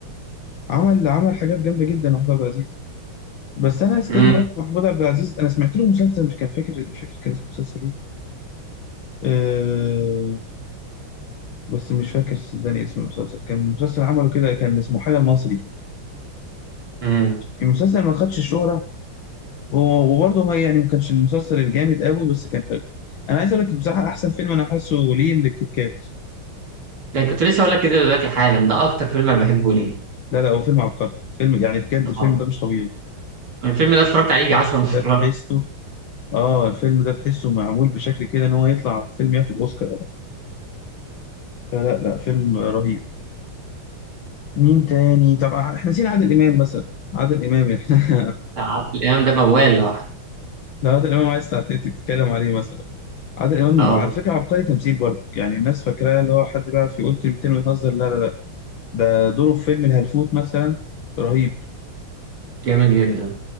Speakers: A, on the left; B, on the right.
A: عمل عمل حاجات جامدة جدا محمود عبد العزيز بس انا ستيل
B: امم
A: برضه محمود عبد العزيز انا سمعت له مسلسل مش كان فاكر مش فاكر كان اسمه مسلسل ايه أه بس مش فاكر صدقني اسم المسلسل كان مسلسل عمله كده كان اسمه حاجه المصري
B: امم
A: المسلسل ما خدش الشهره هو- وبرضه هو يعني ما كانش المسلسل الجامد قوي بس كان حلو انا عايز اقول لك بصراحه احسن فيلم انا حاسه ليه الكيت كات
B: ده كنت لسه اقول لك كده دلوقتي حالا ده اكتر فيلم انا بحبه ليه
A: لا لا هو فيلم عبقري فيلم يعني بجد
B: اه
A: الفيلم ده مش طبيعي
B: الفيلم ده اتفرجت عليه يجي
A: الفيلم
B: 10 مرات
A: ده تحسه اه الفيلم ده تحسه معمول بشكل كده ان هو يطلع فيلم ياخد اوسكار ولا حاجة. فلا لا فيلم رهيب مين تاني طب احنا نسينا عادل امام مثلا عادل امام احنا
B: <laughs>
A: <laughs>
B: عادل امام ده موال لوحده
A: لو عادل امام عايز ساعتين تتكلم عليه مثلا عادل امام
B: اه
A: على فكره عبقري تمثيل برضه يعني الناس فاكراه اللي هو حد بيعرف يقول كلمتين ويهزر لا لا لا ده دوره في فيلم الهلفوت مثلا رهيب
B: جامد جدا